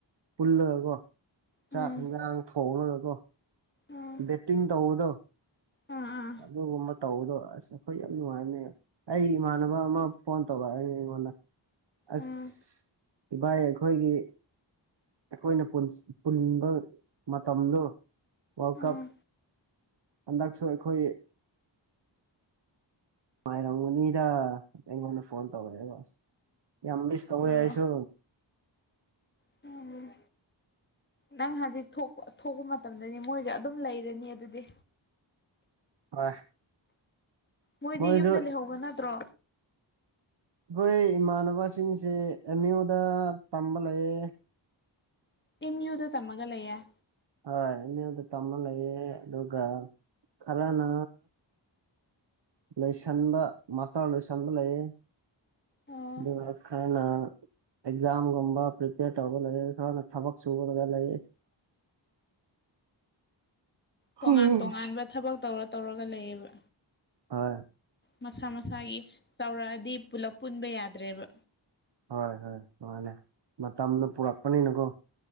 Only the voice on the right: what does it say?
ꯄꯨꯜꯂꯒꯣ ꯆꯥꯛ
ꯌꯦꯟꯖꯥꯡ ꯊꯣꯡꯉꯒꯣ
ꯕꯦꯠꯇꯤꯡ ꯇꯧꯕꯗꯣ
ꯑꯗꯨꯒꯨꯝꯕ ꯇꯧꯕꯗꯣ ꯑꯁ ꯑꯩꯈꯣꯏ ꯌꯥꯝ ꯅꯨꯡꯉꯥꯏꯔꯅꯦ ꯑꯩ ꯏꯃꯥꯟꯅꯕ ꯑꯃ ꯐꯣꯟ ꯇꯧꯔꯛꯑꯅꯤ ꯑꯩꯉꯣꯟꯗ ꯑꯁ
ꯏꯚꯏ ꯑꯩꯈꯣꯏꯒꯤ ꯑꯩꯈꯣꯏꯅ ꯄꯨꯟꯕ ꯃꯇꯝꯗꯣ ꯋꯥꯔꯜ
ꯀꯞ ꯍꯟꯗꯛꯁꯨ ꯑꯩꯈꯣꯏ ꯉꯥꯏꯔꯝꯒꯅꯤꯗ ꯑꯩꯉꯣꯟꯗ ꯐꯣꯟ ꯇꯧꯔꯛꯑꯦ ꯋꯥꯁꯦ ꯌꯥꯝꯕꯤꯁ ꯇꯧ
ꯌꯥꯏꯁꯨ
ꯍꯣꯏ
ꯃꯣꯏꯁꯨ
ꯑꯩꯈꯣꯏ ꯏꯃꯥꯟꯅꯕꯁꯤꯡꯁꯦ ꯑꯦꯝ ꯌꯨꯗ ꯇꯝꯕ ꯂꯩꯌꯦ
ꯍꯣꯏ ꯃꯤꯣꯟꯗ ꯇꯃ ꯂꯩꯌꯦꯦ ꯑꯗꯨꯒ ꯈꯔꯅ ꯂꯣꯏꯁꯟꯕ ꯃꯥꯁꯇꯔ ꯂꯣꯏꯁꯟꯕ ꯂꯩꯌꯦ
ꯑꯗꯨꯒ ꯀꯅ ꯑꯦꯛꯖꯥꯝꯒꯨꯝꯕ ꯄ꯭ꯔꯤꯄꯦꯌꯔ ꯇꯧꯕ ꯂꯩ ꯈꯔꯅ ꯊꯕꯛ ꯁꯨꯕ ꯂꯩꯌꯦ <inaudible> <inaudible>
ꯍꯣꯏ
ꯑ
ꯍꯣꯏ ꯍꯣꯏ ꯅꯨꯡꯉꯅꯤ ꯃꯇꯝꯗꯨ ꯄꯨꯔꯛꯄꯅꯤꯅꯀꯣ